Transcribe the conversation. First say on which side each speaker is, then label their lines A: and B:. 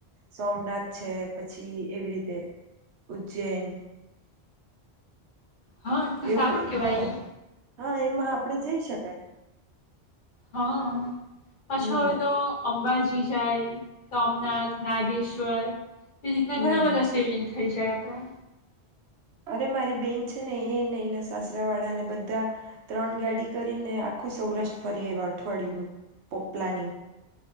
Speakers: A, on the right (about 85°); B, on the left (about 55°).
A: સોમનાથ છે પછી એવી રીતે, ઉજ્જૈન.
B: હા
A: એવું
B: સારું કેવાય.
A: હા હા એમાં આપડે જઈ શકાય.
B: હા. પાછો
A: હમ
B: હોય તો અંબાજી ઈસાઈ, સોમનાથ, નાગેશ્વર તે રીતના
A: હમ
B: ઘણા બધા સેડિંગ થઈ જાય આપડા
A: અરે મારી બેન છે ને એને એના સાસરા વાળાને બધા ત્રણ ગાડી કરીને આખું સૌરાષ્ટ્ર ફરી આવ્યા અઠવાડિયુંનું પ્લાનિંગ.